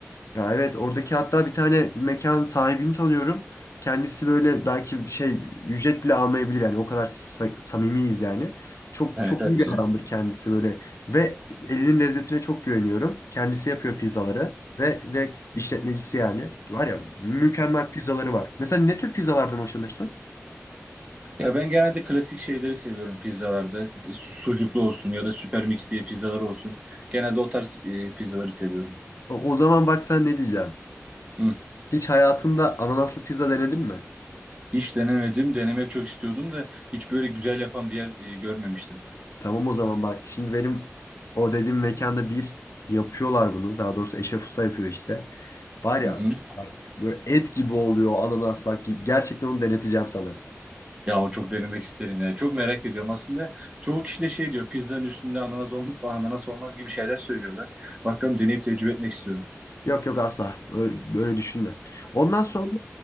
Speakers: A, on the left (about 80°); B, on the right (about 25°).
A: Ya evet oradaki hatta bir tane mekan sahibini tanıyorum. Kendisi böyle belki şey ücret bile almayabilir yani o kadar sa- samimiyiz yani. Çok
B: Evet,
A: çok
B: evet,
A: iyi
B: güzel.
A: bir adamdır kendisi böyle ve elinin lezzetine çok güveniyorum. Kendisi yapıyor pizzaları ve direkt işletmecisi yani. Var ya mükemmel pizzaları var. Mesela ne tür pizzalardan hoşlanırsın?
B: Ya ben genelde klasik şeyleri seviyorum pizzalarda. E, su- Sucuklu olsun ya da süper mix diye pizzaları olsun. Genelde o tarz e, pizzaları seviyorum.
A: O, o zaman bak sen ne diyeceğim.
B: Hı.
A: Hiç hayatında ananaslı pizza denedin mi?
B: Hiç denemedim. Denemek çok istiyordum da hiç böyle güzel yapan bir yer e, görmemiştim.
A: Tamam o zaman bak. Şimdi benim o dediğim mekanda bir yapıyorlar bunu. Daha doğrusu Eşref Usta yapıyor işte. Var ya
B: Hı hı.
A: bak böyle et gibi oluyor o ananas. Bak gerçekten onu deneteceğim sana.
B: Ya o çok denemek isterim ya. Çok merak ediyorum. Aslında çoğu kişi de şey diyor pizzanın üstünde ananas, ol- ananas olmaz gibi şeyler söylüyorlar. Bakalım deneyip tecrübe etmek istiyorum.
A: Yok yok asla. Öyle, böyle düşünme. Ondan sonra